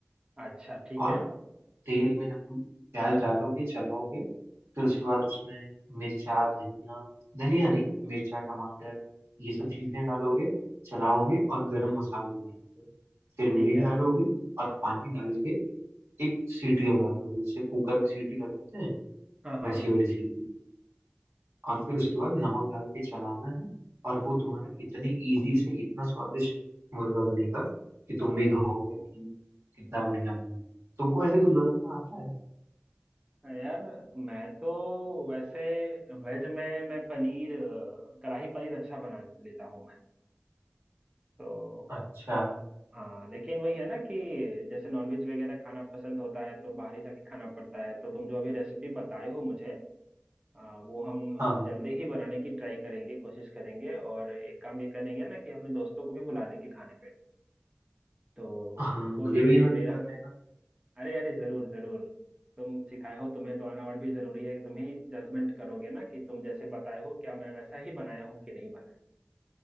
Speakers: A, on the right; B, on the right.
A: अच्छा ठीक
B: और
A: है
B: तेल में जब तुम प्याज डालोगे चलाओगे फिर उसके बाद उसमें मिर्चा धनिया धनिया नहीं मिर्चा टमाटर ये सब चीजें डालोगे चलाओगे और गरम मसाला डालोगे फिर मीट
A: ठीक है
B: डालोगे और पानी डाल के एक सीटी लगा दोगे जैसे कुकर में सीटी लगाते हैं
A: हाँ हाँ
B: वैसी वाली सीटी और फिर उसके बाद नमक डाल के चलाना है और वो तुम्हारा इतनी इजी से इतना स्वादिष्ट मुर्गा बनेगा कि तुम
A: हाँ
B: भी कहोगे कि कितना बढ़िया बना तुमको ऐसे कुछ बनाना आता है
A: यार मैं तो वैसे वेज में मैं पनीर अ, कढ़ाई पनीर अच्छा बना लेता हूँ मैं तो
B: अच्छा
A: हाँ लेकिन वही है ना कि जैसे नॉनवेज वगैरह खाना पसंद होता है तो बाहर ही जाके खाना पड़ता है तो तुम जो अभी रेसिपी बताए हो मुझे आ, वो हम
B: हाँ
A: जल्दी ही बनाने की ट्राई करेंगे कोशिश करेंगे और एक काम ये करेंगे ना कि अपने दोस्तों को भी बुला लेंगे खाने पे तो
B: हाँ
A: उनको
B: मुझे
A: भी
B: भी इनवाइट
A: मेरा
B: कर लेना
A: अरे अरे जरूर जरूर तुम सिखाए हो तुम्हें तो आना और भी जरूरी है कि तुम ही जजमेंट करोगे ना कि तुम जैसे बताए हो क्या मैं वैसा ही बनाया हूँ कि नहीं बनाया